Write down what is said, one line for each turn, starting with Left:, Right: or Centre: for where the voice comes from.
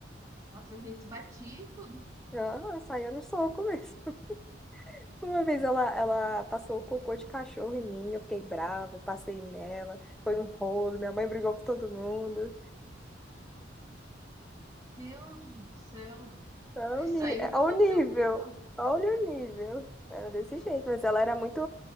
Right: Nossa, a gente se batia e tudo.
Centre: Ela saía no soco mesmo. <laughs> Uma vez ela, ela passou o cocô de cachorro em mim, eu fiquei brava, passei nela, foi um rolo, minha mãe brigou com todo mundo.
Right: Deus do céu. <laughs>
Centre: Olha
Right: Isso
Centre: o, ni-
Right: aí
Centre: é,
Right: nunca
Centre: olha
Right: aconteceu
Centre: o nível,
Right: comigo, não.
Centre: olha o nível. Era desse jeito, mas ela era muito.